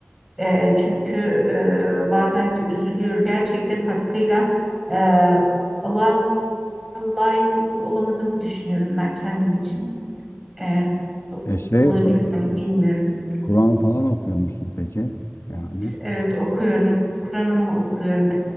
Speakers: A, in the centre; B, on the left.
A: E, çünkü e, bazen de üzülüyorum. Gerçekten hakkıyla e, Allah'a layık bir kul olamadığımı düşünüyorum ben kendim için. E,
B: E şey,
A: olabilir
B: o,
A: mi bilmiyorum.
B: Kur'an falan okuyor musun peki? Yani,
A: Evet okuyorum. Kur'an'ımı okuyorum.